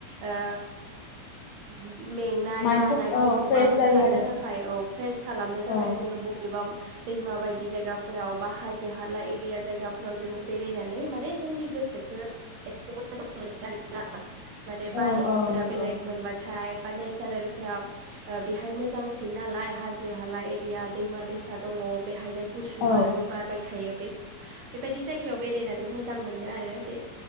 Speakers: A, on the right; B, on the left.
A: ओ <unintelligible> मेंनाय
B: माइन्डखौ
A: बानायफोरखौबा
B: औ फ्रेस
A: होखारनो
B: जायो आरो
A: थाखाय औ फ्रेस खालामनो
B: औ
A: थाखाय जोङो बबेबा दैमा बायदि जायगाफोराव बा हाजो हाला एरिया जायगाफोराव जोङो बेरायनानै माने जोंनि गोसोखो एसे मोजां मोनो आरोना माने बारहावाफोरा
B: औ औ नंगौ
A: बेलेग मोनबाथाय बा नेचारेलफ्रा ओ बेहाय मोजांसिन नालाय हाजो हाला एरिया दैमा दैसा दङ बेहायनो गुसु
B: औ
A: बारबो बारबाय थायो। <unintelligible> बेबायदि जायगायाव बेरायनानै मोजां मोनो आरो बे